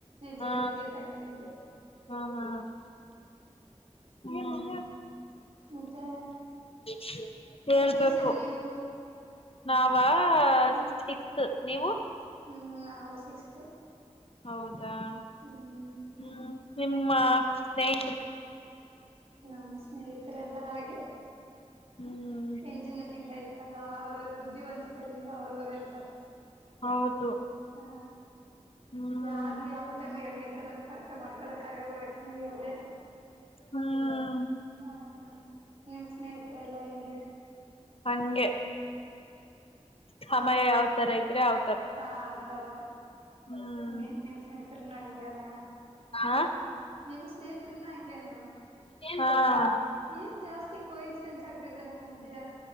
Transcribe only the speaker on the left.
ಹ
ಹ ಹ ಹ ಹ್ಮ
ಹ ಹೇಳ್ಬೇಕು
ನಾವ ಆ
ಸಿಕ್ತ್ ನೀವು
ಹೌದು ಹ
ಹ್ಮ್ ನಿಮ್ಮ ಸ್ನೇಹ
ಹ್ಮ್
ಹೌದು.
ಹ್ಮ್
ಹ್ಮ್
ಹಂಗೆ ಸಮಯ ಯಾವತ್ ತರ ಇದ್ರೆ ಹೌ
ಹ್ಮ್
ಹಾ
ಹಾ